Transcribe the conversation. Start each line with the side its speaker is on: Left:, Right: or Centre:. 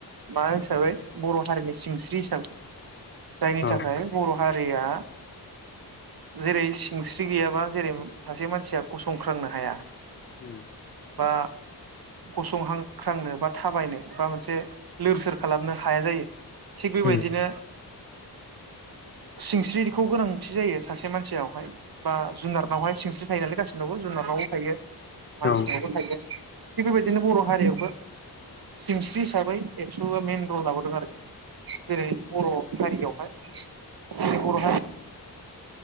Right: मा हिसाबै बर' हारिनि सिंस्रि हिसाबै जायनि
Left: औ
Right: थाखाय बर' हारि रिया जेरै सिंस्रि गैयाबा जेरै सासे मानसिया गसंख्रांनो हाया
Left: उम
Right: बा गसंहां ख्रांनो बा थाबायनो बा मोनसे लोर सोर खालामनो हाया जायो। थिग बेबायदिनो
Left: उम
Right: सिंस्रिखौ गोनांथि जायो सासे मानसियावहाय बा जुनारनावहाय सिंस्रि थायो नालाय गासिबनावनो जुनारनावबो थायो मानसि
Left: औ
Right: नावबो थायो थिग बेबायदिनो बर' हारियावबो सिंस्रि हिसाबै एबसुआ मेन रल लाबोदों आरोखि जेरै बर' हारियावहाय <inaudible> खाबु